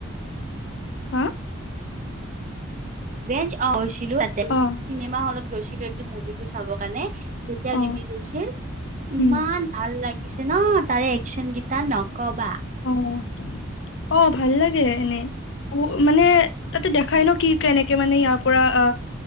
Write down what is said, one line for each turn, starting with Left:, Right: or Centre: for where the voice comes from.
Left: হা?
Right: ৰেজ অ হৈছিলো <unintelligible>
Left: অ
Right: চিনেমা হলত গৈছিলোটো মুভিটো চাবৰ কাৰণে। যেতিয়া
Left: অ
Right: ৰিলিজ হৈছিল,
Left: উম
Right: ইমান ভাল লাগিছে ন তাৰে একশচন গেইটা নকবা!
Left: অহ। অ ভাল লাগে এনেই, মানে তাতে দেখাই ন কি কেনেকে মানে ইয়াৰ পৰা অ